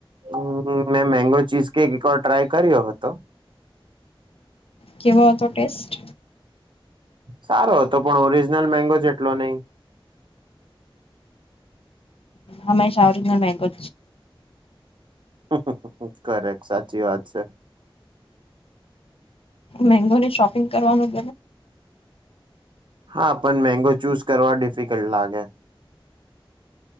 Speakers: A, on the right; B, on the left.
A: હમ્મ મે મેંગો ચીઝ કેક એક વાર ટ્રાય કર્યો હતો.
B: કેવો હતો ટેસ્ટ
A: સારો હતો પણ ઓરિજનલ મેંગો જેટલો નહિ
B: હંમેશા ઓરીજનલ મેંગો
A: <unintelligible> કરેક્ટ સાચી વાત છે.
B: મેંગો ની શોપિંગ કરવાનું
A: હા પણ મેગો ચૂઝ કરવા ડિફિકલ્ટ લાગે